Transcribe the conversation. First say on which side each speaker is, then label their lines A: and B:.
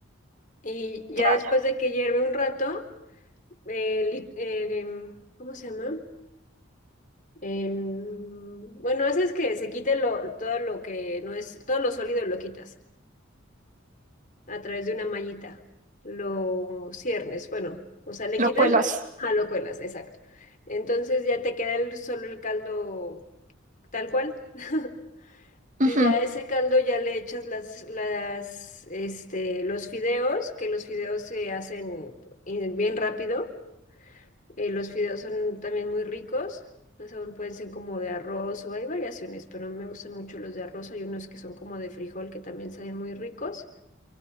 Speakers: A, on the left; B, on the right.
A: Y ya
B: ya,
A: después
B: ya.
A: de que hierve un rato, eh, li- eh, em, ¿cómo se llama? En- bueno, haces que se quite lo, todo lo que no es, todo lo sólido lo quitas a través de una mallita. Lo ciernes, bueno, o sea, le
B: Lo
A: quitas
B: cuelas.
A: a lo cuelas, exacto. Entonces ya te queda el, solo el caldo tal cual. <laughs>
B: Ujú,
A: Y ya a ese caldo ya le echas las, las, este, los fideos, que los fideos se hacen eh, bien rápido. Eh, los fideos son también muy ricos. O sea, pueden ser como de arroz o hay variaciones, pero me gustan mucho los de arroz. Hay unos que son como de frijol que también saben muy ricos.